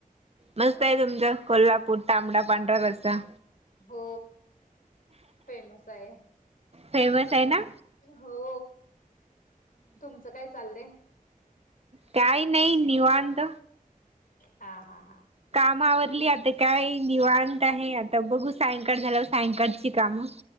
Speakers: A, on the right; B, on the left.
A: मस्त आहे तुमचा कोल्हापूर तांबडा पांढरा रस्ता.
B: हो फेमस आहे.
A: फेमस आहे ना
B: हो तुमचं काय चाललंय.
A: काही नाही निवांत.
B: हा हा हा,
A: कामावरली आता काय निवांत आहे आता बघू सायंकाळ झाल्यावर सायंकाळची कामं.